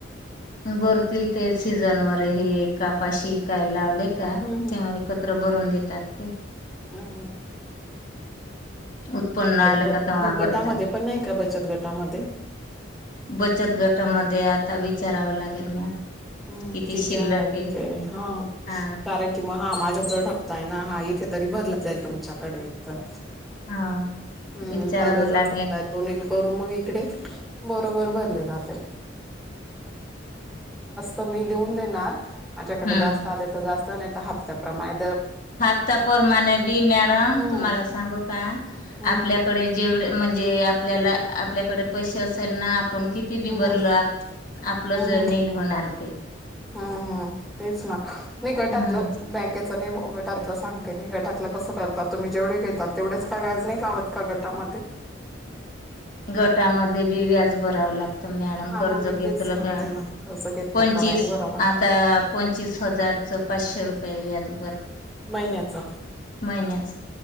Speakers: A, on the left; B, in the centre.
A: बरतील ते सीझन वर हे कापाशी कायला का
B: हम्म
A: तेव्हा एकत्र बरून देतात ते
B: हम् हम्
A: उत्पन्न आलं
B: ग
A: का द
B: मग
A: बरतात
B: गटामध्ये पण नाही का बचत गटामध्ये
A: बचत गटामध्ये आता चरावं लागेल मॅडम
B: हम्म किती
A: शिल्लक
B: आहेत
A: आहे
B: ते ह
A: हा
B: कारण की मग हा माझा ज हप्ता आहे ना हा इथे तरी भरलं जाईल तुमच्याकडे तर
A: हा
B: हम्म
A: विचारावं
B: माझा
A: लागेल
B: चडप्ता आहे तोनील करू मग इकडे बरोबर भर ण त मी देऊन देणार माझ्याकडे
A: हम्म
B: जास्त आले तर जास्त हप््या प्र्रमाणे
A: हप्ता परमाणे बी मॅडम
B: हम्म
A: तुम्हाला सांगू का
B: हम्म
A: आपल्याकडे जेवढ म्हणजे. जे आपल्याला आपल्याकडे पैसे असेल ना. आपण किती बी
B: हम्म्
A: भरलं आप आपलं
B: हम्म
A: जनील होणार ते
B: हम् तेच ना म गटातलं
A: हम्म
B: बँकेत. गटात सांगते मी गटातलं कसं करता तुम्ही जेवढे घेतात तेवढेच काय व्याज नाही लावत का तुम्ही गटामध्ये.
A: गटामध्ये बी व्याज. भराव लागते. आ मॅडम
B: हा
A: कर्ज
B: मग मी
A: घेतलं
B: तेच म्हणते
A: का
B: ना कर्ज घेतलं
A: पंचवीस
B: का व्याज भरावं लागतं
A: आता
B: ना
A: पंचवीस हजारच पाचशे रुपए. पवीज
B: महिन्याच
A: महिन्याच